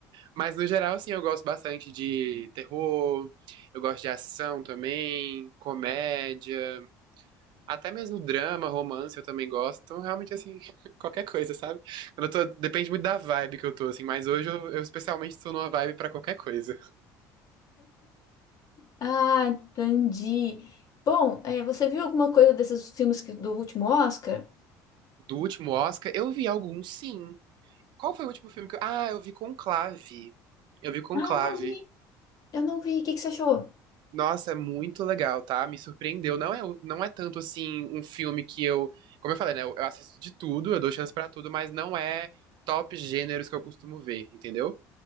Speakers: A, on the right; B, on the left.
A: Mas no geral, assim, eu gosto bastante de terror, eu gosto de ação também, comédia, até mesmo drama, romance eu também gosto. Então, realmente, assim, <laughs> qualquer coisa, sabe? Quando eu tô, depende muito da vibe que eu tô, assim, mas hoje eu, eu especialmente tô numa vibe pra qualquer coisa.
B: Ah, entendi. Bom, é, você viu alguma coisa desses filmes que- do último Oscar?
A: Do último Oscar, eu vi alguns, sim. Qual foi o último filme que eu... Ah, eu vi Conclave. Eu vi Conclave.
B: Ah, eu não vi, eu não vi. O que que você achou?
A: Nossa, é muito legal, tá? Me surpreendeu. Não é, não é tanto assim um filme que eu. Como eu falei, né? Eu eu assisto de tudo, eu dou chance pra tudo, mas não é top gêneros que eu costumo ver, entendeu?